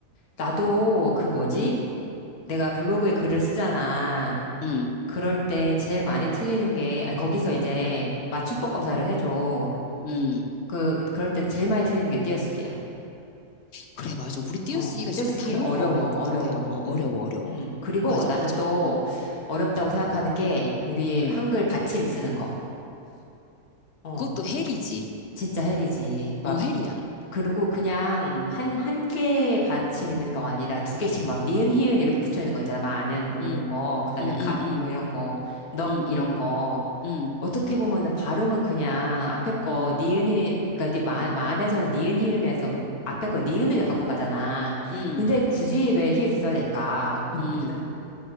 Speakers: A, on the left; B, on the left.
A: 나도 그 뭐지?
B: 음,
A: 내가 블로그에 글을 쓰잖아.
B: 음,
A: 그럴 때 제일 많이 틀리는 게, 아, 거기서 이제 맞춤법 검사를 해줘.
B: 음.
A: 그, 그럴 때 제일 많이 틀리는 게 띄어쓰기야.
B: 그래, 맞아. 우리 띄어쓰기가
A: 어,
B: 진짜
A: 떼쓰기
B: 단연코
A: 어려워,
B: 어려운 것
A: 어려워.
B: 같아. 어, 어려워,
A: 음,
B: 어려워.
A: 음. 그리고
B: 맞아,
A: 나는
B: 맞아.
A: 또
B: 응,
A: 어렵다고 생각하는 게 우리
B: 응.
A: 한글 받침 쓰는 거. 어,
B: 그것도 헬이지.
A: 진짜 헬이지.
B: 어,
A: 막,
B: 헬이야.
A: 그리고 그냥 한, 한 개의 받침 있는 거 아니라 두 개씩
B: 응,
A: 막 니은, 희은 이렇게 붙어 있는 거 있잖아. 많은 뭐
B: 응,
A: 이런 거. 그 다음에
B: 응,
A: 갑
B: 응, 응,
A: 뭐 이런 거. 넉
B: 응,
A: 이런
B: 응,
A: 거.
B: 응,
A: 어떻게 보면은 발음은 그냥 앞에 거
B: 응,
A: 니은 히읗 그러니까 니- 마, 에서는 니은 히읗에서 앞에 거 니은을 갖고 가잖아.
B: 응,
A: 근데 굳이 왜 히읗을 써야 될까? <laughs>
B: 응.